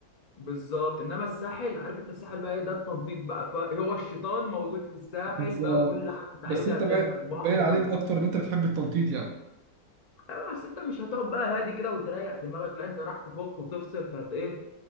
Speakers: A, on the left (about 75°); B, on the right (about 70°).
A: بالظبط انما الساحل عارف انت الساحل بقى ايه ده التنطيط بقى فهو الشيطان موجود في الساحل
B: بالظبط
A: بقى كل حاجه انت
B: بس
A: عايزها
B: انت
A: هتلاقي
B: باين
A: هناك بحر
B: باين عليك
A: تنطيط
B: اكتر ان انت بتحب التنطيط يعني
A: ايوه اصل انت مش هتقعد بقى هادي كده وتريح دماغك لا انت راح تفك وتفصل فهت ايه